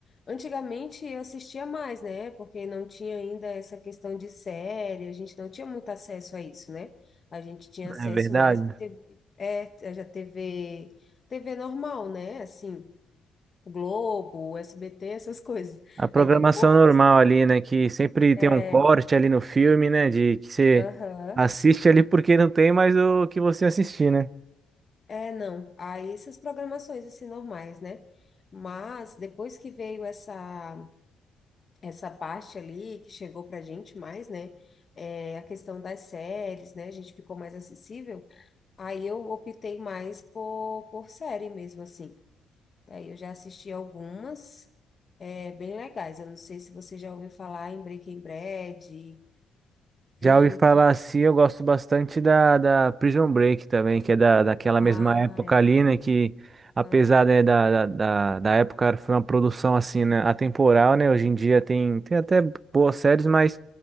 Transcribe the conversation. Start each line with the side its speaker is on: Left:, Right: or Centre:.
Left: antigamente eu assistia mais, né? Porque não tinha ainda essa questão de série, a gente não tinha muito acesso a isso, né? A gente tinha acesso
Right: É verdade?
Left: mais à TV, é, já TV, TV normal, né? Assim, Globo, SBT, essas <laughs> coisas.
Right: A programação
Left: Aí depois,
Right: normal ali, né? Que sempre
Left: é,
Right: tem um corte ali no filme, né? De que você
Left: aham,
Right: assiste ali porque não tem mais o que você assistir, né?
Left: é, não. Aí essas programações assim normais, né? Mas depois que veio essa essa parte ali que chegou pra gente mais, né? É, a questão das séries, né? A gente ficou mais acessível. Aí eu optei mais por, por série mesmo, assim. Aí eu já assisti algumas, é, bem legais. Eu não sei se você já ouviu falar em Breaking Bad, Vink.
Right: Já ouvi falar assim, eu gosto bastante da, da Prison Break também, que é da, daquela
Left: Ah,
Right: mesma época
Left: é.
Right: ali, né? Que apesar,
Left: Aham.
Right: né, da, da, da da época foi uma produção assim, né, atemporal, né? Hoje em dia tem, tem até boas séries, mas